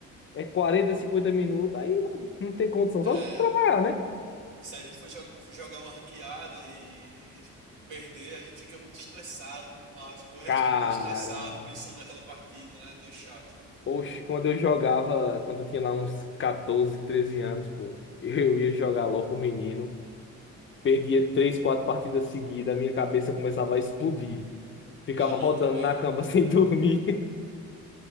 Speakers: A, on the left; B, on the right.
A: é 40, 50 minutos. Aí não, não tem condição.
B: é.
A: Só se trabalhar, né?
B: Se a gente for, jo- for jogar uma ranqueada e, e perder, a gente fica muito estressado, muito mal, fica o resto
A: Caramba.
B: do dia estressado, pensando naquela partida, né? É meio chato.
A: Oxe, quando eu jogava, quando eu tinha lá uns 14 13 anos, pô, eu ia jogar LOL com o menino, perdia três, quatro partidas seguidas, a minha cabeça começava a explodir. Ficava
B: A minha
A: rodando
B: também.
A: na cama <laughs> sem dormir.